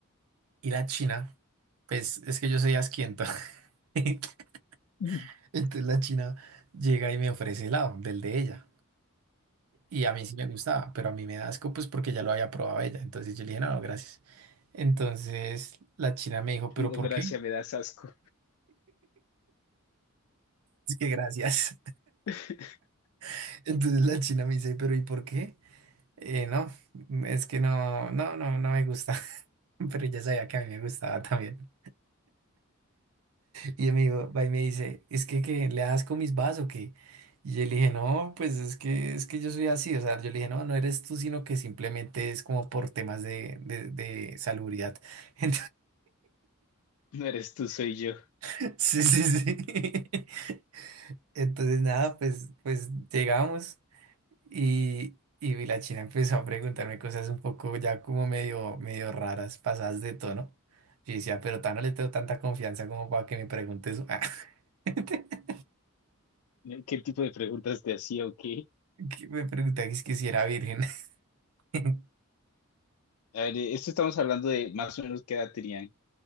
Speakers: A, on the right (about 80°); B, on the left (about 85°).
A: y la china, pues es que yo soy asquiento, <laughs>
B: <laughs>
A: entonces la china llega y me ofrece helado del de ella. Y a mí sí me gustaba, pero a mí me da asco pues porque ya lo había probado ella. Entonces yo le dije, no, no, gracias. Entonces la china me dijo, ¿pero
B: No,
A: por
B: gracias,
A: qué? <laughs>
B: me das asco.
A: Es que gracias.
B: <laughs>
A: <laughs> Entonces la china me dice, ¿pero y por qué? "Eh, no, es que no, no, no, no me gusta. <laughs> Pero ella sabía que a mí me gustaba también. Y me dijo, va y me dice, ¿es que, que le das con mis vas o qué? Y yo le dije, no, pues es que, es que yo soy así. O sea, yo le dije, no, no eres tú, sino que simplemente es como por temas de, de, de salubridad. <laughs>
B: No eres tú, soy yo.
A: <laughs> Sí, sí, sí. <laughs> Entonces, nada, pues, pues llegamos y, y la china empezó a preguntarme cosas un poco ya como medio, medio raras, pasadas de tono. Yo decía, pero tan no le tengo tanta confianza como para que me pregunte eso. <laughs> Ah,
B: ¿Qué tipo de preguntas te hacía o qué?
A: que me preguntaba que es que si era virgen. <laughs>
B: A ver, eh, esto estamos hablando de más o menos qué edad tenían.